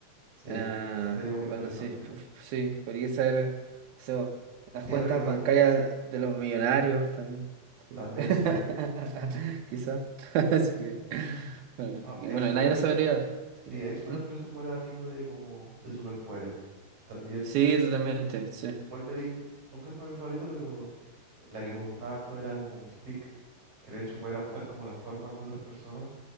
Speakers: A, on the right; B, on the right.
A: Sí,
B: Ah,
A: se- sería muy
B: bueno,
A: interesante.
B: sí, pu- sí, podría ser, o sea, las
A: Sí,
B: cuentas
A: ahora que tocaste
B: bancarias
A: el-
B: de los millonarios también. Sí.
A: también,
B: <laughs>
A: sí.
B: Quizá. <laughs> Así que, bueno,
A: Ah,
B: y
A: X-Men
B: bueno, nadie
A: ofrece
B: lo sabría. así
A: Sí,
B: que,
A: X-Men
B: ¿Mm?
A: ofrece un buen abanico de como de superpoderes. También
B: Sí, totalmente, sí.
A: Wolverine nunca fue mi favorito, pero la que me gustaba harto era como Mystique. El hecho de poder adoptar como las formas de otras personas.